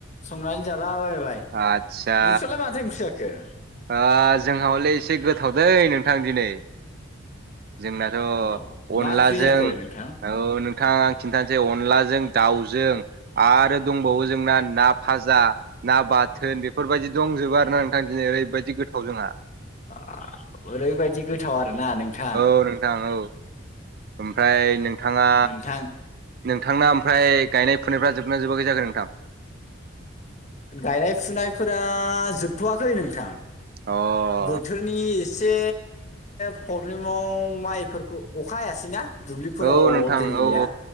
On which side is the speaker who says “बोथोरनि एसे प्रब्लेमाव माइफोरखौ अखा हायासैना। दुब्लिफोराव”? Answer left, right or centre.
Left